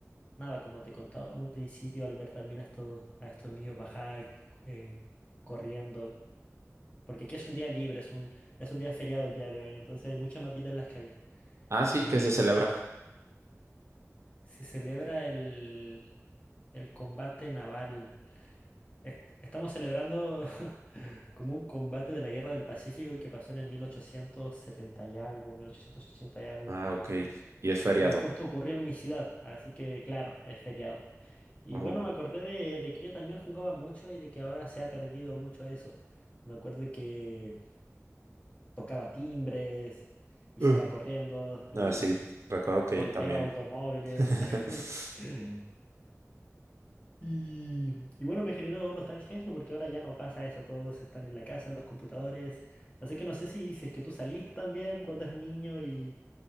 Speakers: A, on the left; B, on the right.
A: nada, como te contaba en un principio, al ver también a estos, a estos niños bajar, eh, corriendo. Porque aquí es un día libre, es un, es un día feriado el día de hoy, entonces hay mucha más vida en las calles.
B: Ah, sí,
A: Eh,
B: que se celebra.
A: se celebra el, el combate naval. Est- estamos celebrando <laughs> como un combate de la Guerra del Pacífico y que pasó en el 1870 y algo, 1880 y algo.
B: Ah, ok. Y es feriado.
A: Y justo ocurrió en mi ciudad, así que claro, es feriado. Y
B: Oh.
A: bueno, me acordé de, de que yo también jugaba mucho y de que ahora se ha perdido mucho eso. Me acuerdo que tocaba timbres y
B: Uh.
A: salía corriendo, eh,
B: Ah, sí, recuerdo que
A: golpeaba
B: también.
A: automóviles.
B: <laughs>
A: <laughs> Y, y bueno, me generó nostalgia eso porque ahora ya no pasa eso, todos están en la casa, en los computadores. Así que no sé si, si es que tú saliste también cuando eras niño y